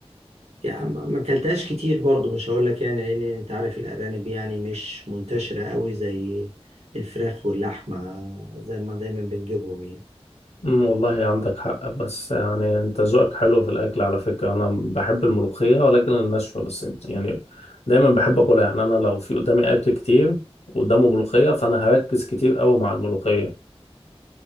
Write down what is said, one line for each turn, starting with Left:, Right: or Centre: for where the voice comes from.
Right: يعني ما ما أكلتهاش كتير برضو مش هقول لك يعني لأن أنت عارف الأرانب يعني مش منتشرة قوي زي الفراخ واللحمة زي ما دايما بنجيبهم يعني
Left: م- والله عندك حق بس يعني أنت ذوقك حلو في الأكل على فكرة أنا بحب الملوخية ولكن الناشفة بس يعني دايما بحب أكلها يعني أنا لو في قدامي أكل كتير وقدامه ملوخية فأنا هركز كتير أوي مع الملوخية